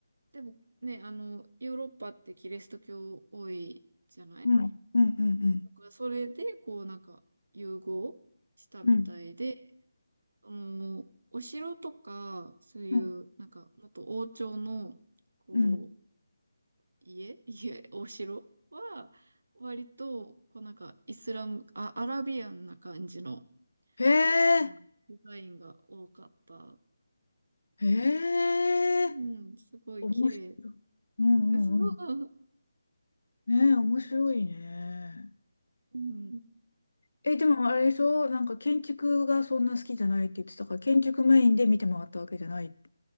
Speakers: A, on the right (about 55°); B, on the left (about 85°).
A: でもね、あの、ヨーロッパってキリスト教多いじゃない
B: うんうんうんうん。
A: だからそれで、こうなんか融合したみたいで、
B: うん
A: そのもうお城とか、そういうなんかもっと王朝の、
B: うん
A: こう、
B: うん
A: 家、<laughs> 家、お城は、割と、こうなんかイスラム、あ、アラビアンな感じの、
B: へえ、
A: あの、デザインが多かった。
B: へえ、
A: うん、すごい綺麗。
B: 面白い。うんうんうん。
A: <laughs>
B: ねえ、面白いね。
A: うん。
B: え、でもあれでしょなんか建築がそんな好きじゃないって言ってたから、建築メインで見て回ったわけじゃないん